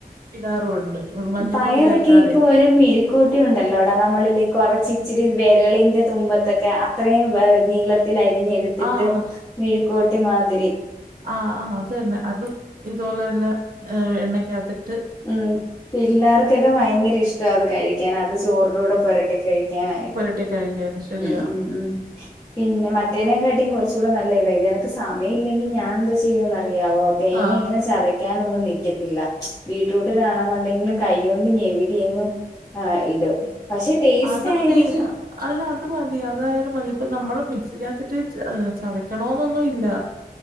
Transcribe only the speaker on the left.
പയറൊക്കെ
ഇപ്പൊ ഒരു മിഴുക്കോട്ടി ഉണ്ടല്ലോ ടാ നമ്മള് ല്ലേ കൊറച്ച് ഇച്ചിരി വെരളിന്റെ തുമ്പത്തൊക്കെ അത്രയും നീളത്തിൽ അരിഞ്ഞെടുത്തിട്ട്
മിഴുക്കോട്ടി മാതിരി
ഉം പിള്ളേർക്കേക്കെ ഭയങ്കര ഇഷ്ട അത് കഴിക്കാൻ അത് ചോറിലൂടെ പുരട്ടി കഴിക്കാനായി
ഉം ഉം ഉം
പിന്നെ മറ്റേനെ കാട്ടിയും കുറച്ചും കൂടെ നല്ല ഇതാ ഇത് എനക്ക് സമയില്ലെങ്കി ഞാൻ എന്തോ ചെയ്യുമന്ന് അറിയാവോ തേങ്ങ
ഇങ്ങനെ ചതക്ക കക്കാന ഒന്നും നിക്കത്തില്ല ബീട്റൂട്ടിലാണെന്നുണ്ടെങ്കിലും കൈകൊണ്ട് ഞെവിടി എങ്ങ് ആഹ് ഇടും പക്ഷെ
ആയിരിക്കും